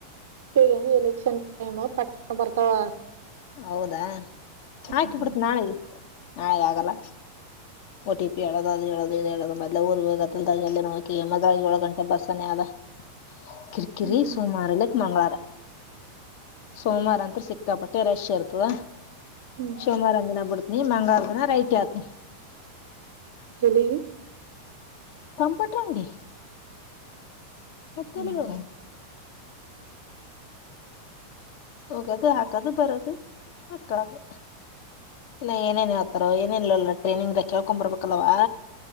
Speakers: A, on the right (about 60°); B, on the left (about 50°).
A: ಇಗೆಂಗು ಎಲೆಕ್ಷನ್ ಟೈಮ ಪಟ್ ಬರ್ತಾವ.
B: ಹೌದಾ ಹಾಕಿಬಿಡ್ತ್ನ್
A: ಹ್ಮ್
B: ನಾಳಿಗೆ ನಾಳೆ ಆಗಲ್ಲ.
A: <inaudible>
B: ಓಟಿಪಿ ಹೇಳದು ಅದು ಹೇಳದು ಇದು ಹೇಳದು ಮೊದ್ಲೇ ಊರಿಗೂಗ್ ಅತುಲ್ದಾಗ್ ಎಲ್ಲನ ಹೋಗಿ <unintelligible> ಯೋಳ್ ಗಂಟೆ ಬಸ್ಸನ ಯಾದ.
A: <inaudible>
B: ಕಿರ್ಕಿರಿ
A: ಹ್ಮ್
B: ಸೋಮಾರಿಲ್ಲಕ್ ಮಂಗಳವಾರ ಸೋಮರಂತ್ರು ಸಿಕ್ಕಾಪ ರಶ್ ಇರ್ತದಾ.
A: ಹ್ಮ್.
B: ಸೋಮರೊಂದಿನ ಬಿಡ್ತನಿ ಮಂಗ್ಳುವರ್ ದಿನ ರೈಟ್ ಹೆಳ್ತ್ನಿ.
A: ಹೆಲ್ಲಿಗಿ.
B: ಕಂಪುಟ್ರಂಗ್ಡಿ. ಹೋತೆಲಿವಾಗ.
A: ಹ್ಮ್
B: ಹೋಗದು ಹಾಕದು ಬರದು ಮಕ್ಕಳದು. ಇನಾ ಏನೇನ್ ಹೇತರ ಏನೇನ್ ಇಲ್ಲಲ್ಲ ಟ್ರೈನಿಂಗ ಕೇಳ್ಕೊಂಬರ್ಬಕಲವ್ವ.